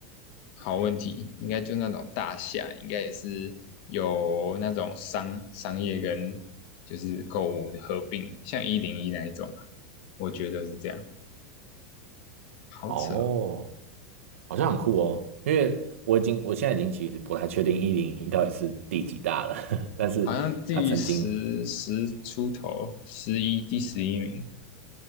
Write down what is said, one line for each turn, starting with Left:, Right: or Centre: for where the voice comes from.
Left: 好问题，应该就那种大厦，应该也是有那种商商业跟就是购物的合并，像一零一那一种吧，我觉得是这样。好扯哦，
Right: 哦，好像很酷哦，因为我已经我现在已经其实不太确定一零一到底是第几大了，<laughs> 但是它曾经
Left: 好像第十十出头，十一第十一名，